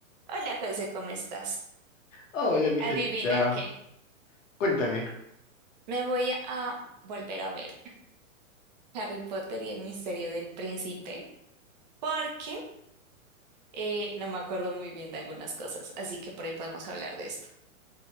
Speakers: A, on the right; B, on the left.
A: Hola José, ¿cómo estás?
B: Hola, mi Sarita.
A: Adivina qué.
B: Cuéntame.
A: Me voy a volver a ver Harry Potter y el misterio del príncipe porque eh, no me acuerdo muy bien de algunas cosas, así que por ahí podemos hablar de esto.